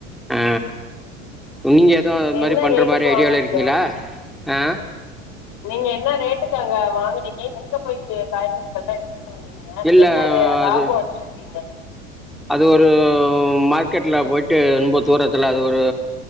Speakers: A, in the centre; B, on the left.
A: ஆ நீங்க எதுவு அது மாரி
B: என்ன
A: பண்ற
B: ரேட்டுக்கு
A: மாரி ஐடியால
B: வாங்குனீங்க
A: இருக்கீங்ளா ஆ
B: நீங்க என்ன ரேட்டுக்கு அங்க வாங்குனீங்க எங்க போய் காய்கறிகள்லா எடுத்துட்டு வந்தீங் க
A: இல்ல
B: என்ன இது லாபோ
A: அது
B: வச்சு வித்தீங்க
A: அது ஒரு மார்க்கெட்ல போயி்ட்டு ரொம்ப தூரத்துல அது ஒரு